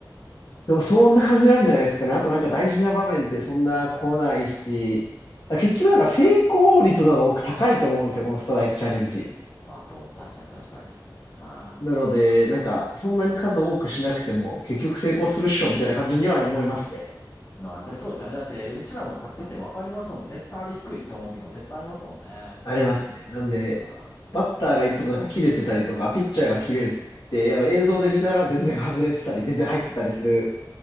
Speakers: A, on the left; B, on the left.
A: でもそんな感じなんじゃないですかね。あとなんか大事な場面ってそんな来ないし。
B: うん。
A: あ結局なんか成功率の方が僕高いと思うんですよ。このストライクチャレンジ。
B: まあそう、確かに確かに。うん。
A: なので、なんかそんなに数多くしなくても結局成功するっしょみたいな感じには思いますね。
B: のは、で、そうですよね。だって、うちらも立ってて分かりますので、絶対あれ低いって思う時も絶対ありますもんね。
A: ありますね。なんで、
B: うん。
A: バッターがいつもなんか切れてたりとか、ピッチャーが切れるときって、あの映像で見たら全然外れてたり、全然入ってたりする